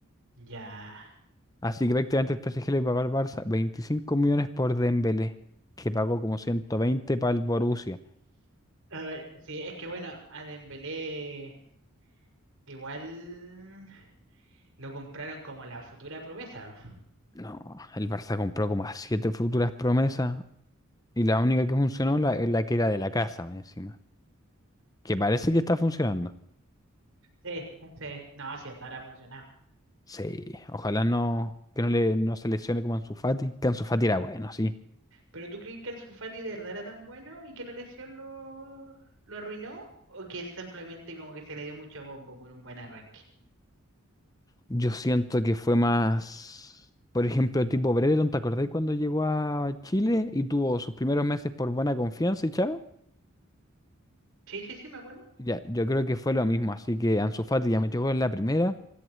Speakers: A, on the right; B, on the left.
A: ya.
B: Así que prácticamente el PSG le pagó al Barça 25 millones por Dembélé, que pagó como 120 para el Borussia.
A: A ver, sí, es que bueno, a Dembélé igual lo compraron como la futura promesa.
B: No, el Barça compró como a siete futuras promesas y la única que funcionó la, la que era de la casa, más encima. Que parece que está funcionando.
A: Sí, sí, no, sí, hasta ahora ha funcionado.
B: Sí, ojalá no, que no, le, no se lesione como Ansu Fati. Que Ansu Fati era bueno, sí
A: ¿Pero tú crees que Ansu Fati de verdad era tan bueno y que la lesión lo, lo arruinó? ¿O que simplemente como que se le dio mucho bombo por un buen arranque?
B: Yo siento que fue más, por ejemplo, tipo Brereton, ¿te acordás cuando llegó a Chile y tuvo sus primeros meses por buena confianza y chao?
A: Sí, sí, sí, me acuerdo.
B: Ya, yo creo que fue lo mismo, así que Ansu Fati ya metió gol en la primera,